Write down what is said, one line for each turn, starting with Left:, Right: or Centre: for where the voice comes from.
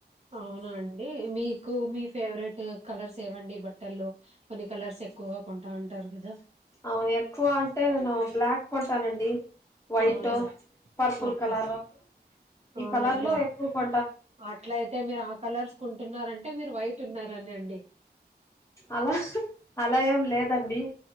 Right: అవునండి మీకు మీ ఫేవరెట్ కలర్స్ ఏవండి బట్టల్లో కొన్ని కలర్స్ ఎక్కువగా కొంటా ఉంటారు కదా
Left: అవును ఎక్కువ అంటే నేను బ్లాక్ కొంటానండి వైటు,
Right: అవునా
Left: పర్పుల్
Right: ఓకే
Left: కలరు ఈ
Right: అవునండి
Left: కలర్ లో ఎక్కువ కొ
Right: అట్లయితే మీరు ఆ కలర్స్ కుంటున్నారంటే మీరు వైట్ ఉన్నారని అండి
Left: అలా అలా ఏం లేదండి